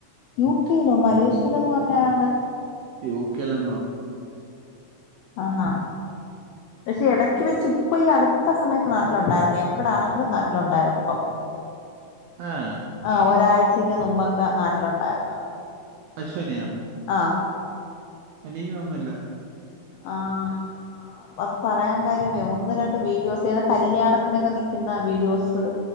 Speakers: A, on the left; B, on the right.
A: യു കെയിലോ മലേഷ്യയിലോന്നന്ന് പറഞ്ഞരാണ്ട്
B: യുകെയിൽ എന്താ
A: ആന്നാ പക്ഷെ ഇടക്ക് വെച്ച് ഇപ്പൊ ഈ അടുത്ത സമയത്ത് നാട്ടിലുണ്ടായിരുന്നു എവിടൊണെങ്കിലും നാട്ടിലുണ്ടായിരുന്നു ഇപ്പൊ
B: ആഹ്
A: ആ ഒരാഴ്ചയ്ക്ക് മുമ്പൊക്കെ നാട്ടിലുണ്ടായിരുന്ന
B: അശ്വനയാ
A: ആഹ്
B: എനിക്ക് തോന്നുന്നില്ല
A: ആഹ് ആ അത് പറയാൻ കാര്യമേ ഒന്ന് രണ്ട് വീഡിയോസ് ഏതാ കല്യാണത്തിനൊക്കെ നിക്കുന്ന വീഡിയോസ്